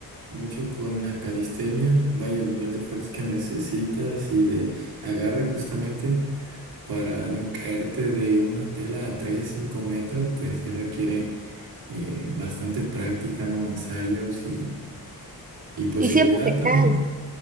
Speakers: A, on the right (about 80°); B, on the right (about 25°).
A: mucho con la calistenia. Vaya, el nivel de fuerza que necesitas y de agarre justamente para no caerte de una tela a 3 5 metros, pues sí requiere eh, bastante práctica, ¿no? Ensayos y, y pues
B: Y
A: seguridad
B: siempre te
A: también.
B: caes.